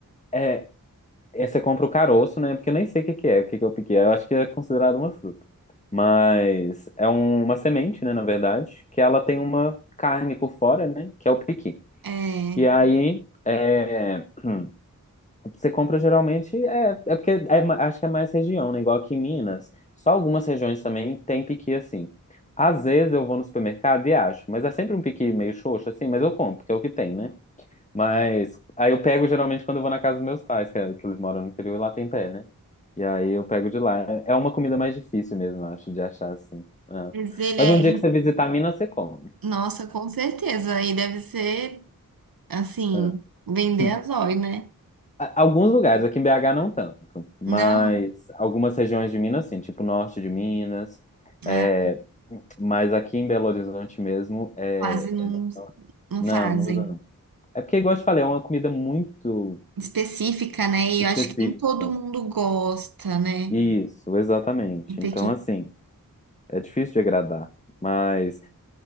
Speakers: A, on the left; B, on the right.
A: é- É, Você compra o caroço, né? Porque eu nem sei o que que é, o que que eu piquei. Eu acho que é considerado uma fruta. Mas é um- uma semente, né? Na verdade, que ela tem uma carne por fora, né? Que é o piqui.
B: É.
A: E aí, é, <clears throat> você compra geralmente. É, é porque é ma- acho que é mais região, né? Igual aqui em Minas. Só algumas regiões também tem piqui assim. Às vezes eu vou no supermercado e acho, mas é sempre um piqui meio xoxo, assim, mas eu compro, porque é o que tem, né? Mas aí eu pego geralmente quando eu vou na casa dos meus pais, que, é- que eles moram no interior e lá tem pé, né? E aí eu pego de lá. É é uma comida mais difícil mesmo, eu acho, de achar assim. É.
B: Mas ele
A: Mas
B: é.
A: um dia
B: em-
A: que você visitar Minas, você come.
B: Nossa, com certeza. Aí deve ser, assim,
A: É.
B: vender
A: Hum.
B: a zóio, né?
A: A- Alguns lugares, aqui em BH não tanto, mas
B: Não,
A: algumas regiões de Minas, sim, tipo norte de Minas. é,
B: ah,
A: mas aqui em Belo Horizonte mesmo, é,
B: quase não,
A: é-
B: não
A: não,
B: fazem.
A: não usa não. É porque, igual eu te falei, é uma comida muito
B: Específica, né? E
A: específica.
B: eu acho que nem todo mundo gosta, né?
A: Isso, exatamente.
B: De pequité.
A: Então, assim. É difícil de agradar, mas